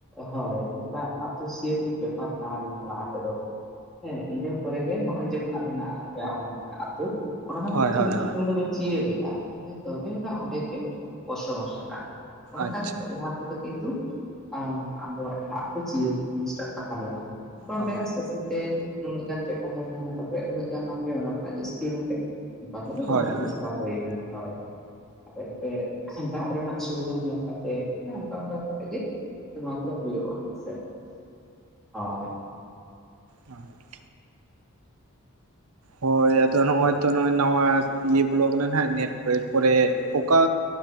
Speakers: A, in the centre; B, on the right (about 80°).
A: ᱦᱳᱭ ᱚᱠᱟ ᱟᱹᱛᱩ ᱥᱤᱭᱟᱹ ᱨᱮᱱᱟᱜ ᱵᱮᱯᱟᱨ ᱛᱟᱦᱮᱸ ᱞᱮᱱᱟ ᱞᱟᱦᱟ ᱛᱮᱫᱚ᱾ ᱦᱮᱸ ᱤᱱᱟᱹ ᱯᱚᱨᱮ ᱨᱮ ᱱᱚᱜ-ᱚᱭ ᱡᱮᱢᱚᱱ ᱟᱵᱮᱱᱟᱜ ᱟᱯᱮᱭᱟᱜ <unintelligible> ᱟᱹᱛᱩ᱾ ᱚᱱᱟ ᱦᱚᱸ
B: ᱦᱳᱭ
A: ᱠᱤᱱᱛᱩ
B: ᱦᱳᱭ
A: ᱢᱤᱫ
B: ᱦᱳᱭ
A: ᱥᱩᱢᱟᱹᱭ ᱫᱚ ᱯᱮ ᱪᱤᱭᱟᱹᱞᱮᱜᱼᱟ ᱤᱱᱟᱸ ᱛᱚᱵᱮ ᱱᱟᱜ ᱚᱸᱰᱮ ᱯᱮ ᱵᱚᱥᱚᱵᱟᱥ ᱮᱫᱟ᱾ ᱚᱱᱠᱟ
B: ᱟᱪᱪᱷᱟ
A: ᱠᱟᱛᱮᱜ ᱞᱟᱦᱟ ᱛᱮᱫᱚ ᱠᱤᱱᱛᱩ ᱟᱸ ᱟᱵᱚᱣᱟᱜ ᱡᱟᱦᱟᱸ ᱟᱛ ᱪᱤᱭᱟᱹ ᱡᱤᱱᱤᱥᱴᱟᱜ ᱛᱟᱦᱮᱸ ᱞᱮᱱᱟ᱾ ᱚᱱᱰᱮ
B: ᱚ
A: ᱟᱥᱛᱮ ᱟᱥᱛᱮ ᱛᱮ ᱩᱱᱟᱹᱜ ᱜᱟᱱ ᱯᱮ ᱛᱟᱸᱦᱮᱭᱱᱟ ᱛᱟᱯᱮ ᱩᱱᱟᱹᱜ ᱜᱟᱱᱟ ᱯᱮ ᱚᱱᱟ ᱠᱷᱚᱱᱟᱜ ᱡᱟᱹᱥᱛᱤᱭ ᱱᱟᱯᱮ ᱚᱱᱠᱟ ᱛᱮ ᱫᱚ
B: ᱦᱳᱭ
A: ᱵᱚᱝᱥᱚ
B: ᱦᱳᱭ
A: ᱵᱤᱥᱛᱟᱨ ᱦᱩᱭ᱾ ᱦᱚᱭ ᱟᱫᱚ ᱮᱱᱛᱮᱫ ᱫᱟᱜ ᱨᱮᱱᱟᱜ ᱥᱩᱵᱤᱫᱷᱟ ᱧᱮᱞ ᱠᱟᱛᱮ ᱦᱚᱸᱭ᱾ ᱟᱢ ᱠᱟᱹᱴᱤᱡ ᱤᱡ ᱱᱩᱣᱟ ᱠᱚᱨᱮ ᱯᱩᱨᱟᱹᱜ-ᱟ ᱦᱮᱸᱥᱮ, ᱦᱳᱭ᱾
B: ᱦᱚᱭ ᱦᱳᱭ ᱟᱫᱚ ᱱᱚᱜ-ᱚᱭ ᱛᱚ ᱱᱚᱜ-ᱚᱭ ᱱᱟᱶᱟ ᱤᱭᱟᱹ ᱵᱚᱞᱚᱣ ᱠᱟᱱᱟ ᱱᱟᱦᱟᱜ ᱱᱤᱭᱮ ᱮᱨ ᱯᱚᱨᱮ ᱚᱠᱟ᱾